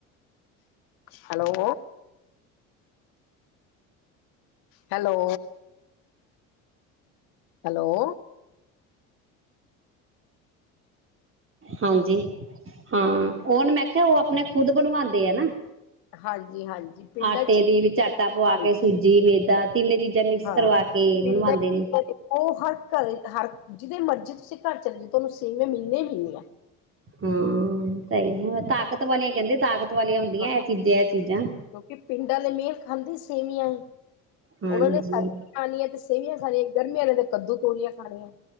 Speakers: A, on the left; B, on the right.
A: ਹੈਲੋ। ਹੈਲੋ। ਹੈਲੋ
B: ਹਾਂਜੀ ਹਾਂ ਓਨ ਮੈਂ ਖ਼ਿਆ ਉਹ ਅਪਣੇ ਖੁਦ ਬਣਵਾਉਂਦੇ ਆ ਨਾ।
A: ਹਾਂਜੀ ਹਾਂਜੀ ਪਿੰਡਾਂ
B: ਆਟੇ
A: ਚ
B: ਦੀ ਵਿੱਚ ਆਟਾ ਪਵਾ
A: ਹਾਂਜੀ
B: ਕੇ ਸੂਜ ਈ ਮੇਦਾ, ਤਿੰਨੇ ਚੀਜ਼ਾਂ ਮਿਕਸ
A: ਹਾਂ
B: ਕਰਵਾ ਕੇ
A: ਪਿੰਡਾਂ
B: ਬਣਵਾਂਦੇ
A: ਚ
B: ਨੇ।
A: ਉਹ ਹਰ ਘਰ ਹਰ ਜਿਹਦੇ ਮਰਜ਼ੀ ਤੁਸੀਂ ਘਰ ਚਲੇ ਜਾੳ, ਤੁਹਾਨੂੰ ਸੇਵੀਆਂ ਮਿਲਨੀਆ ਈ ਮਿਲਨੀਆਂ।
B: ਹਾਂ, ਸਹੀ ਹੈ ਤਾਕਤ ਵਾਲੀਆਂ ਕਹਿੰਦੇ ਤਾਕਤ ਵਾਲੀਆਂ ਹੁੰਦੀਆਂ
A: ਹਾਂ
B: ਇਹ ਚੀਜ਼ਾਂ ਇਹ ਚੀਜ਼ਾਂ।
A: ਕਿਉਂਕਿ ਪਿੰਡਾਂ ਲੇ ਮਿਹਰ ਖਾਂਦੇ ਈ ਸੇਵੀਆ
B: ਹਾਂਜੀ
A: ਉਹਨਾਂ ਨੇ ਖਾਣੀਆਂ ਤੇ ਸੇਵੀਆਂ ਖਾਨੀਆ ਗਰਮੀਆਂ ਨੇ ਤਾਂ ਕੱਦੂ ਤੋਰੀਆਂ ਖਾਣੀਆਂ।